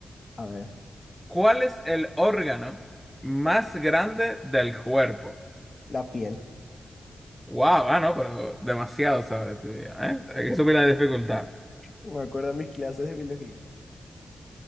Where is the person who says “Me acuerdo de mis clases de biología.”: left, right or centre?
Left